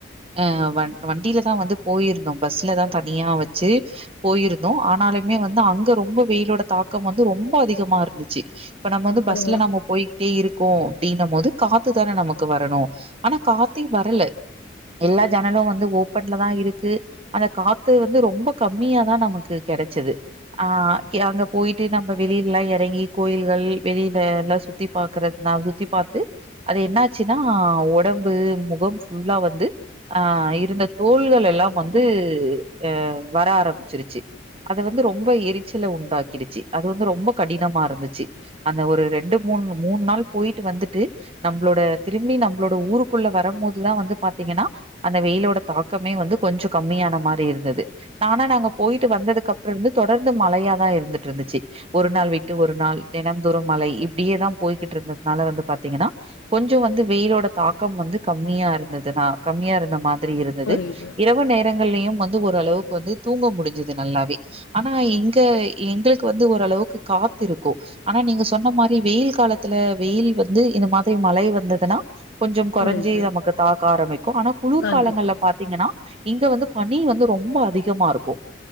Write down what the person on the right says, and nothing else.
அ வண் வண்டிலதா வந்து போயிருந்தோ பஸ்லதா தனியா வச்சு போயிரு னோ ஆனாலுமே வந்து அங்க ரொம்ப வெயிலோட தாக்கம் வந்து ரொம்ப அதிகமா இருந்துச்சு இப்ப நம்ம வந்து
பஸ்ல நம்ம போயிகிட்டே இரு கோ அப்டின்ன மோது காத்துதான நமக்கு வரணு ஆனா காத்தே வரல எல்லா ஜன்னலு வந்து ஓப்பன்ல தா இருக்கு அந்த காத்து வந்து ரொம்போ கம்மியா தா நமக்கு து கெடச்சது ஆ கி அங்க போயிட்டு நம்ப வெளிலல்லா எறங்கி கோயில்கள் வெளில எல்லா சுத்தி பாக்குறத் நா சுத்தி பாத்து அது என்னாச்சுன்னா ஒடம்பு முகம் ஃபுல்லா வந்து ஆ இருந்த தோள்கள் எல்லா வந்து அ வர ஆரம்பிச்சிருச்சு அது வந்து ரொம்ப எரிச்சல உண்டாக்கிடுச்சு அது வந்து ரொம்ப கடினமாருந்துச்சு அந்த ஒரு ரெண்டு மூணு மூண் நாள் போயிட்டு வந்துட்டு நம்ளோட திரும்பி நம்ளோட ஊருக்குள்ள வரம் போதுதா வந்து பாத்தீங்கன்னா அந்த வெயிலோட தாக்கமே வந்து கொஞ்சொ கம்மியான மாரி இருந்தது நானா நாங்க போயிட்டு வந்ததுக் கப்ற இருந்து தொடர்ந்து மழையா தா இருந்துட்ருந்துச்சு ஒரு நாள் விட்டு ஒரு நாள் தெனம் தோறும் மழை இப்டியேதா போய்கிட்ருந்ததுனால வந்து பாத்தீங்கன்னா கொஞ்சோ வந்து வெயிலோட தாக்கம் வந்து கம்மியா இருந்தது நா கம்மியா இருந்த மா திரி இருந்தது
இரவு நேரங்கள்லியு வந்து ஓரளவுக் வந்து தூங்க முடுஞ்சது நல்லாவே ஆனா எங்க எங்களுக்கு வந்து ஓரளவுக்கு காத்திருக்கு ஆனா நீங்க சொன்ன மாரி வெயில் காலத்துல வெயில் வந்து இந்த மாதிரி மழை வந்ததுன்னா கொஞ்சம் கொறஞ்சு
நமக்கு தாக்க ஆரம்மிக்கு ஆனா குளூர்
காலங்கள்ல பாத்தீங்கன்னா இங்க வந்து பனி வந்து ரொம்ப அதிகமாருக்கு